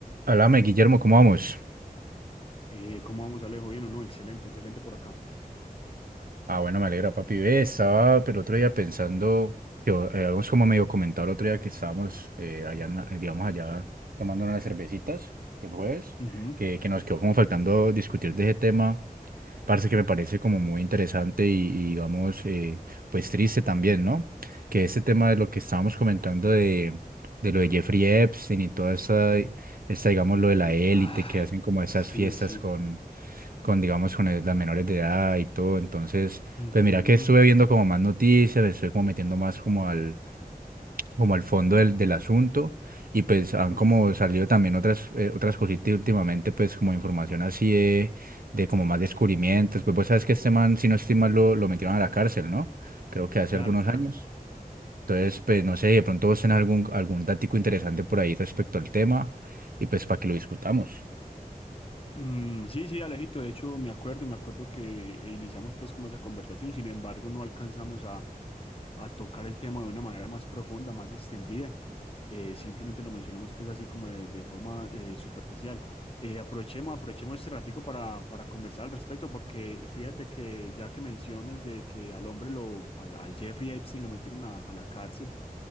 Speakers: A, on the right; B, on the left.
A: Háblame, Guillermo, ¿cómo vamos?
B: Eh, ¿cómo vamos, Alejo? ¿Bien o no? Excelente, excelente por acá.
A: Ah, bueno, me alegra, papi. Ve, estaba pero otro día pensando, que eh, habíamos como medio comentado el otro día que estábamos eh, allá, en la- eh, digamos, allá tomando unas cervecitas el jueves,
B: Ujú.
A: que, que nos quedó como faltando discutir de ese tema, parce que me parece como muy interesante y, y, digamos, eh, pues triste también, ¿no? Que ese tema de lo que estábamos comentando de, de lo de Jeffrey Epstein y toda esa, esa, digamos, lo de la élite
B: Ah,
A: que hacen como esas
B: sí,
A: fiestas
B: sí.
A: con con, digamos, con el- las menores de edad y todo. Entonces,
B: Ujú,
A: pues mira que estuve viendo como más noticias, me estoy como metiendo más como al, como al fondo del, del asunto y pues han
B: ujú.
A: como salido también otras, eh, otras cositas últimamente, pues como información así de, de como más descubrimientos. Pues vos sabes que este man, si no estoy mal, lo, lo metieron a la cárcel, ¿no? Creo que hace
B: Claro,
A: algunos
B: claro.
A: años. Entonces, pues no sé, de pronto vos tenés algún, algún datico interesante por ahí respecto al tema y pues para que lo discutamos.
B: Mm, sí, sí, Alejito, de hecho me acuerdo, me acuerdo que iniciamos pues como esa conversación, sin embargo no alcanzamos a, a tocar el tema de una manera más profunda, más extendida. Eh, simplemente lo mencionamos pues así como de, de forma eh, superficial. Eh, aprovechemos, aprovechemos este ratico para, para conversar al respecto, porque fíjate que ya que mencionas de que al hombre lo, al, al Jeffrey Epstein lo metieron a, a la cárcel,